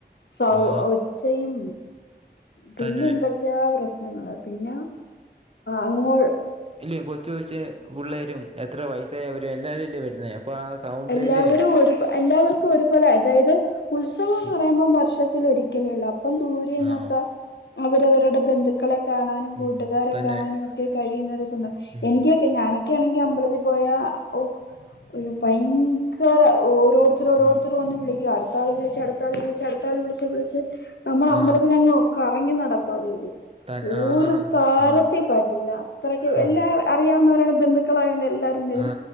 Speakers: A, on the left (about 80°); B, on the right (about 35°).
A: സൗ
B: ആ
A: ഒച്ചയും പിന്നെ
B: തന്നെ
A: എന്തൊക്കെയാ പ്രശ്നങ്ങള് പിന്നെ അങ്ങോൾ
B: ഇല്ല കൊച്ചു കൊച്ച് പുള്ളേരും എത്ര വയസ്സായ അവരും എല്ലാവരും ഇല്ലേ വരുന്ന അപ്പൊ ആഹ സൗണ്ട്
A: എല്ലാവരും
B: ഇല്ല
A: ഒരു എല്ലാവർക്കും ഒരുപോല അതായത് ഉത്സവ
B: <inaudible>
A: മ്പോ വർഷത്തിലൊരിക്കലേയുള്ളൂ അപ്പം ദൂരേന്നൊക്കെ
B: ആ
A: അവരവരുടെ ബന്ധുക്കളെ കാണാനും കൂട്ടുകാരെ
B: ഉം തന്നെ
A: കാണാനും ഒക്കെ കഴിയുന്നൊരു സ്വന്തം
B: ഉം
A: എനിക്കൊക്കെ ഞാനൊക്കെ ക്കേണെങ്കി അമ്പലത്തി പോയാ ഓ ഭയങ്കര ഓരോരുത്ത ത്തരോരുത്തര്
B: ഉം
A: വന്നു വിളിക്കുവാ അടുത്താള് വിളിച്ച് അടുത്താള് വിളിച്ച് അടുതാള് വിളച്ച് വിളച്ച് നമ്മളമ്പത്തിലത്തിലങ്
B: ആ
A: കറങ്ങി നടപ്പാ ജോലി
B: തൻ
A: ഓരു
B: ആഹാ
A: തരത്തി
B: ആ
A: പറ്റൂല അത്രക്ക്
B: ആ
A: എല്ലാ അറിയാവുന്ന ഒരാൾ ബന്ധുക്കളായോണ്ട് എല്ലാരും വരും
B: ആ,